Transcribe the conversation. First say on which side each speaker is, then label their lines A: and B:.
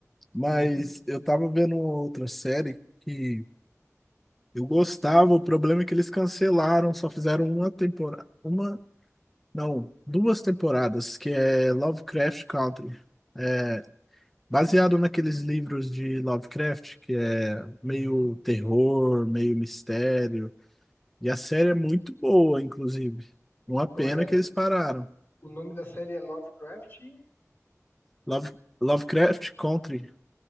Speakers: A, in the centre; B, on the left.
A: Mas
B: Uhum.
A: eu tava vendo uma outra série que eu gostava, o problema é que eles cancelaram, só fizeram uma temporada, uma, não, duas temporadas, que é Lovecraft Country. É, Baseado naqueles livros de Lovecraft, que é
B: Uhum.
A: meio terror, meio mistério. E a série é muito boa, inclusive. Uma pena
B: Como é,
A: que eles pararam.
B: o nome da série é Lovecraft.
A: Love, Lovecraft Country,